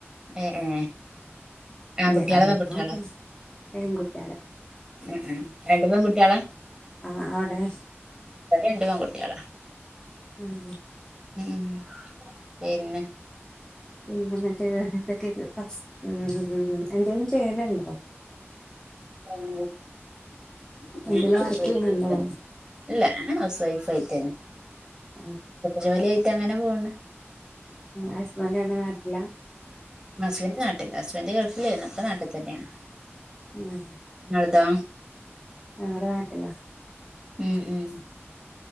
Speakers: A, on the right (about 15°); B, on the left (about 15°).
A: ഏ ഏ
B: <unintelligible>
A: ആൺകുട്ടികളോ പെൺകുട്ടികളോ
B: പെൺകുട്ടിയാൾ
A: ഉം, ഉം, രണ്ടു പെൺകുട്ടിയാള,
B: ആഹ് അവിടെ
A: ഇവടെ രണ്ടും, ആൺകുട്ടിയാള
B: ഉം,
A: ഉം, പിന്നെ.
B: പിന്നെ, മറ്റേ എതൊക്കെ, മ്മ, മ്മ്, എന്തേളും, ചെയ്യലിണ്ടോ
A: ഉം, <unintelligible>
B: എന്തേലും വർക്ക് ചെയ്യണുണ്ടോ
A: ഇല്ല, ഞാന് ഓസ്‌വൈഫ്‌ ആയിട്ടേന്ന്
B: ആഹ്
A: ജോലി, ആയിട്ട് അങ്ങനെ, പോണ്.
B: ആ, ഹുസ്ബൻഡ് നാട്ടിലാ
A: ഹസ്ബൻഡ്, നാട്ടില, ഹുസ്ബൻഡ്, ഗൾഫിലേനിം, പ്പൊ, നാട്ട്തന്നെണ്,
B: ഉം
A: ഇങ്ങളെദോ
B: നമ്മടെ, നാട്ടല്ലാ
A: ഉം, ഉം.